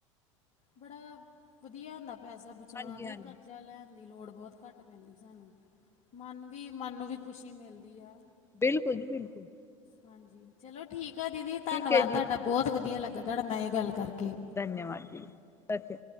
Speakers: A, on the left; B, on the left.
A: ਬੜਾ ਵਧੀਆ ਹੁੰਦਾ ਪੈਸਾ
B: ਹਾਂਜੀ
A: ਬਚਾਉਣਾ ਤੇ
B: ਹਾਂਜੀ
A: ਕਰਜ਼ਾ ਲੈ ਦੀ ਲੋੜ ਬੋਤ ਘੱਟ ਪੈਂਦੀ ਸਾਨੂੰ ਮਨ ਵੀ ਮਨ ਨੂੰ ਵੀ ਖੁਸ਼ੀ ਮਿਲਦੀ ਆ।
B: ਬਿਲਕੁੱਲ ਜੀ ਬਿਲਕੁੱਲ।
A: ਹਾਂਜੀ ਚਲੋ ਠੀਕ ਆ ਦੀਦੀ ਧੰਨਵਾਦ
B: ਠੀਕ ਹੈ ਜੀ
A: ਤੁਹਾਡਾ ਬੋਤ ਵਧੀਆ ਲੱਗਾ ਤੁਹਾਡੇ ਨਾ ਏ ਗੱਲ ਕਰਕੇ।
B: ਧੰਨਵਾਦ ਜੀ ਅੱਛਾ।